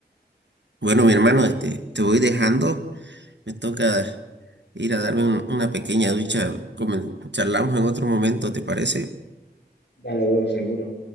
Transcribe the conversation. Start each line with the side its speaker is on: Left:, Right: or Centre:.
Right: Bueno, mi hermano, este, te voy dejando. Me toca ir a darme un- una pequeña ducha. Comen- charlamos en otro momento, ¿te parece?
Left: Vale, bro, seguro.